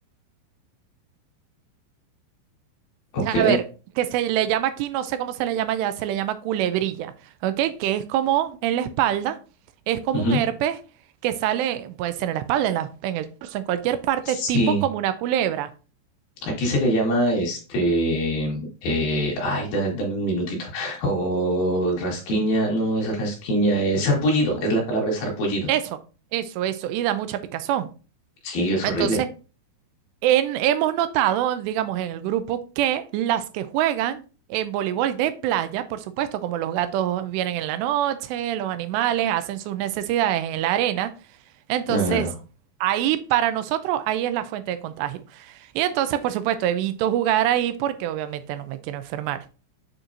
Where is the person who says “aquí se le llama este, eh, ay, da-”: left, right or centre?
Left